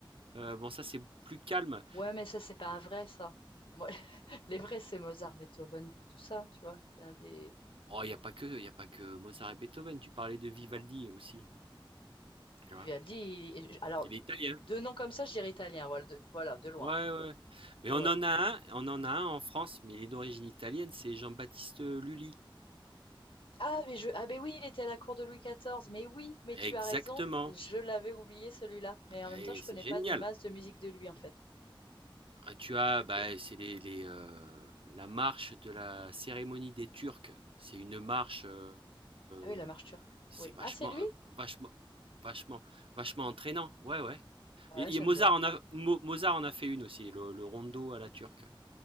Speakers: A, on the right (about 85°); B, on the left (about 75°).
A: heu, bon ça c'est plus calme.
B: Ouais, mais ça, c'est pas un vrai, ça. Moi, <laughs> les vrais, c'est Mozart, Beethoven, tout ça, tu vois. Là, Les...
A: Oh il y a pas que il y a pas que Mozart et Beethoven, tu parlais de Vivaldi
B: Non.
A: aussi,
B: Mais
A: tu vois?
B: Vivaldi, il- alors,
A: Il est italien.
B: deux noms comme ça, je dirais italien, voilà, de, voilà, de loin.
A: Ouais, ouais, ouais. Mais
B: Ouais.
A: on en a un on en a un en France, mais il est d'origine italienne, c'est Jean-Baptiste, Lully.
B: Ah, mais je... ah, mais oui, il était à la cour de Louis XIV. Mais oui, mais tu
A: Exactement
B: as raison, je l'avais oublié celui-là. Mais en
A: Ah,
B: même
A: et
B: temps, je
A: c'est
B: connais
A: génial.
B: pas des masses de musique de lui, en fait.
A: Ah, tu as, bah,
B: Je-
A: c'est les, les, euh, la marche de la cérémonie des Turcs. C'est une marche, euh, euh,
B: Ah oui, la marche turque.
A: c'est
B: Oui.
A: vachement,
B: Ah, c'est lui?
A: euh, vachement, vachement, vachement entraînant. Ouais, ouais.
B: Ouais,
A: Et,
B: j'aime
A: et Mozart
B: bien.
A: en a, Mo- Mozart en a fait une aussi, le, le rondo à la turque.